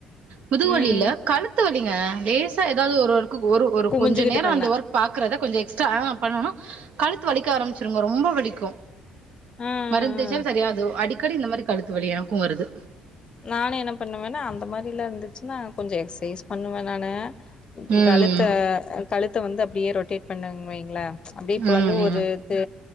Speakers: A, on the right (about 50°); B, on the left (about 35°).
A: முதுகு
B: ம்.
A: வலில்ல கழுத்து வலிங்க லேசா ஏதாவது ஒரு ஒர்க் ஒரு ஒரு
B: குமிஞ்சுகிட்டு
A: கொஞ்ச நேரோ
B: பண்ணேன்.
A: அந்த ஒர்க் பாக்கறத கொஞ்ச எக்ஸ்ட்ரா பண்ணோனா கழுத்து வலிக்க ஆரம்பிச்சிருங்க ரொம்ப வலிக்கு
B: அ,
A: மருந்து
B: அ,
A: தேயச்ச்சால
B: அ.
A: சரியாது அடிக்கடி இந்த மாதிரி கழுத்து வழி எனக்கு வருது
B: நானு என்ன பண்ணுவேனா அந்த மாதிரிலா இருந்துச்சினா கொஞ்ச எக்சைஸ் பண்ணுவ நான
A: ம்
B: கழுத்த கழுத்த வந்து அப்டியே ரொட்டேட் பண்ணங்வைங்ள அப்டி இப்ப
A: ம்
B: வந்து
A: ம்
B: ஒரு இது